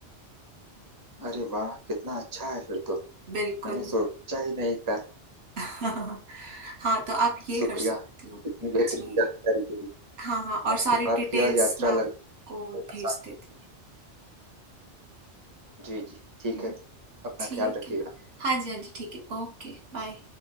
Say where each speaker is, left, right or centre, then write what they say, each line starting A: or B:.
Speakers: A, on the right; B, on the right.
A: अरे वाह कितना अच्छा है फिर तो
B: बिल्कुल
A: मैंने सोचा ही नहीं था
B: <laughs> हाँ तो आप ये
A: शुक्रिया
B: कर सकते हो
A: इतनी बेहतरीन
B: जी
A: जानकारी के लिए
B: हाँ हाँ और
A: आपसे
B: सारी डिटेल्स
A: बात किया यात्रा
B: मैं आपको
A: लगा
B: भेज देती हूँ
A: जी जी ठीक
B: हम्म,
A: है अपना
B: ठीक
A: ख्याल रखिएगा
B: है हाँ जी हाँ जी ठीक है ओके बाय